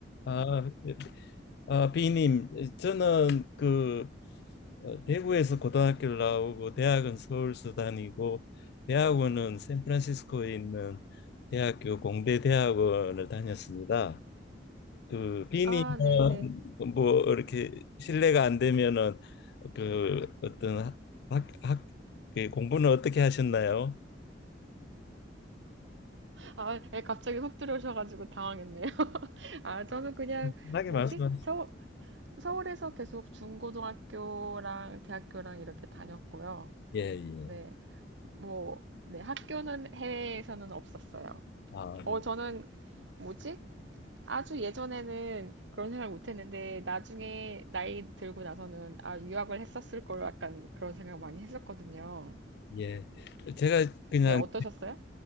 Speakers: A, on the left (about 60°); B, on the right (about 80°).
A: 아, 아, 비님, 저는 그 어, 대구에서 고등학교를 나오고 대학은 서울서 다니고 대학원은 샌프란시스코에 있는 대학교 공대 대학원을 다녔습니다. 그 비님은
B: 아, 네네.
A: 뭐 이렇게 실례가 안 되면은 그 어떤 학, 학, 그 공부는 어떻게 하셨나요?
B: 아, 예, 갑자기 훅 들어오셔가지고 당황했네요. <laughs> 아, 저는 그냥,
A: 편하게
B: 뭐지?
A: 말씀하세요.
B: 서울, 서울에서 계속 중고등학교랑 대학교랑 이렇게 다녔고요.
A: 예, 예.
B: 네, 뭐, 네, 학교는 해외에서는 없었어요.
A: 아,
B: 어,
A: 네.
B: 저는, 뭐지? 아주 예전에는 그런 생각 못 했는데, 나중에 나이 들고 나서는, 아, 유학을 했었을 걸 약간 그런 생각 많이 했었거든요.
A: 예. 제가 그냥
B: 네, 어떠셨어요?